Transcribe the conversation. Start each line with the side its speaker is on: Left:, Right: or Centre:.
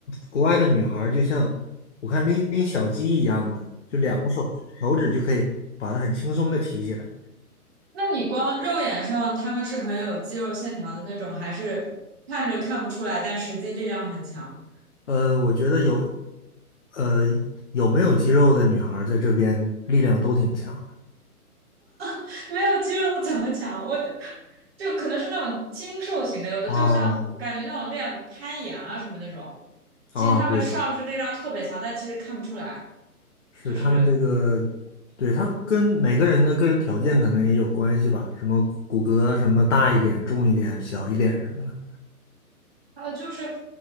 Left: 国外的女孩儿就像我看拎拎小鸡一样的，就两个手手指就可以把它很轻松的提起来。
Right: 那你光肉眼上他们是很有肌肉线条的那种，还是看着看不出来，但实际力量很强？
Left: 呃，我觉得有呃有没有肌肉的女孩儿在这边力量都挺强的
Right: <laughs> 没有肌肉怎么强？我就就可能是那种精瘦型的，有的就像我感觉那种练攀岩啊什么那种，
Left: 啊。啊，
Right: 其实他们上肢力量特别强，
Left: 对，
Right: 但其实看不出来，
Left: 是他们这个，
Right: 就是
Left: 对，他们跟每个人的个人条件可能也有关系吧，什么骨骼什么大一点、重一点、小一点什么的。
Right: 还有就是，